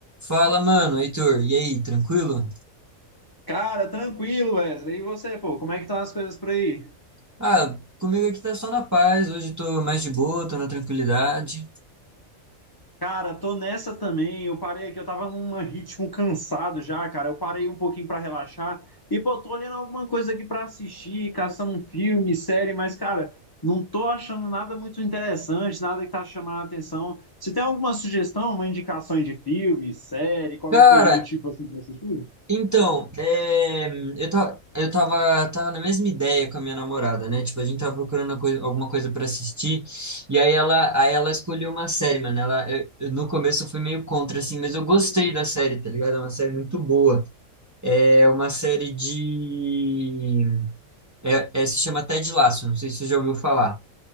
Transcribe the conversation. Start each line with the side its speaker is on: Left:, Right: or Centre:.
Right: Fala, mano, Heitor, e aí, tranquilo?
Left: Cara, tranquilo, Wesley. E você, pô, como é que estão as coisas por aí?
Right: Ah, comigo aqui tá só na paz, hoje tô mais de boa, tô na tranquilidade.
Left: Cara, tô nessa também. Eu parei aqui, eu tava num ritmo cansado já, cara. Eu parei um pouquinho pra relaxar. E, pô, tô olhando alguma coisa aqui pra assistir, caçando um filme, série, mas, cara, não tô achando nada muito interessante, nada que tá chamando a atenção. Você tem alguma sugestão, uma indicação de filme, série, qualquer
Right: Cara,
Left: coisa do tipo assim pra assistir?
Right: então, é, eu, tava eu tava, tava na mesma ideia com a minha namorada, né? Tipo, a gente tava procurando uma coi- alguma coisa pra assistir, e aí ela, aí ela escolheu uma série, mano. Ela, eu- eu- no começo eu fui meio contra, assim, mas eu gostei da série, tá ligado? É uma série muito boa. É uma série de. é- é- se chama Ted Lasso, não sei se você já ouviu falar.